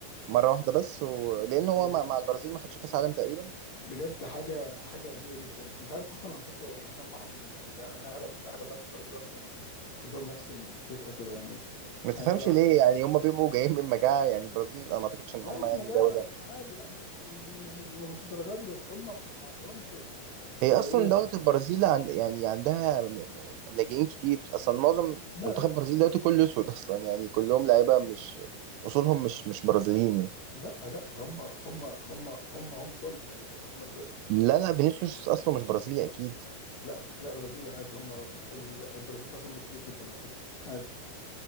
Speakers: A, on the right; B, on the left.
A: مرة واحدة بس و... لأن هو
B: بج-
A: مع, مع البرازيل ما خدش كأس عالم تقريبا
B: بجد حاجة حاجة غريبة جدا انت عارف اصلا على فكرة يعني انا ملاحظ ان ان اغلب اغلب لعيبة البرازيل اصلا كلهم نفس الفكرة كده يعني
A: ما تفهمش
B: يعني انت لو
A: ليه يعني هم بيبقوا جايين من مجاعة يعني البرازيل أنا ما أعتقدش إن
B: لا
A: هم
B: مش
A: يعني
B: مجاعة
A: دولة
B: يعني عادي لا مش م- م- مش م- مش الدرجة دي بس هم ما عندهمش ال- الاستمرارية
A: هي اصلا دوله البرازيل عن يعني عندها م- م- لاجئين كتير اصلا معظم
B: لا
A: منتخب
B: لا
A: البرازيل دلوقتي كله اسود اصلا يعني كلهم لعيبه مش اصولهم مش مش برازيليين يعني
B: لا لا هم هم هم هم هم سمر يعني هم
A: لا لا فينيسيوس اصله مش برازيلي اكيد
B: لا لا برازيل عادي هم ال- البرازيل فيها سمر كتير جدا على فكرة عادي